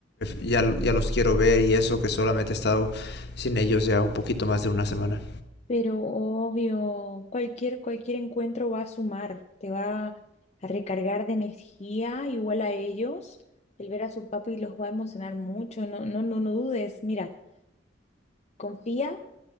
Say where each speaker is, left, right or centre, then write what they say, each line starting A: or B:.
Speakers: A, on the left; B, on the left.
A: ya, ya, los quiero ver y eso que solamente he estado sin ellos ya un poquito más de una semana.
B: Pero obvio, cualquier, cualquier encuentro va a sumar, te va a recargar de energía, igual a ellos. El ver a su papi los va a emocionar mucho, no, no, no, no dudes. Mira, confía,